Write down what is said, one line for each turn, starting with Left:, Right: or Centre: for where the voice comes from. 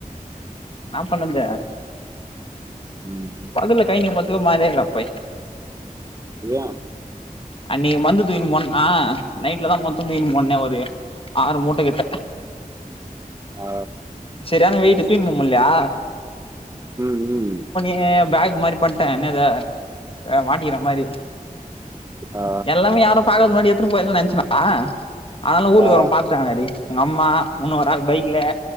Left: ன்னா பண்ணது
Right: ம்
Left: பகுல கை நீ போத்துக்க மாறியாராபை
Right: ஏ
Left: அன்னகி மந்து தூயினு போனனா நைட்ல தா மொத்தொ தூயினு போனனே ஒரு ஆறு மூட்ட கிட்ட
Right: ஆ
Left: சரியான வெயிட்டு தூயினுபோமுல்லையா
Right: ம் ம்
Left: ஏ பேக் மாரி பண்ட்டே என்ன ஏத அ மாட்டிக்கிற மாரி
Right: ஆ
Left: எல்லாமே யாரும் பாக்காத முன்னாடி எத்துனு போயிலானு நெனச்சனா ஆனாலு ஊர்ல
Right: ஆ
Left: உள்ளவ பா த்துடாங்க டாடி உங்க அம்மா முன்னோ ஒரு ஆள் பைக்ல